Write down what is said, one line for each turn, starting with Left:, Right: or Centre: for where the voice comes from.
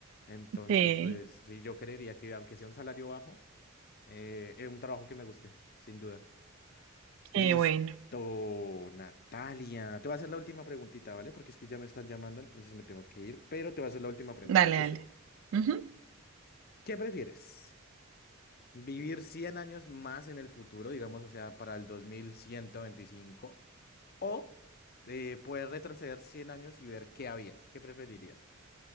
Left: Entonces,
Right: Sí,
Left: pues sí, yo creería que aunque sea un salario bajo, eh, es un trabajo que me guste, sin duda. Listo,
Right: sí, bueno,
Left: Natalia. Te voy a hacer la última preguntita, ¿vale? Porque es que ya me están llamando, entonces me tengo que ir, pero te voy a hacer la última pregunta,
Right: dale,
Left: ¿listo?
Right: dale. Ujú.
Left: ¿Qué prefieres? vivir 100 años más en el futuro, digamos, o sea, para el dos mil ciento veinticinco o eh, poder retroceder 100 años y ver qué había. ¿Qué preferirías?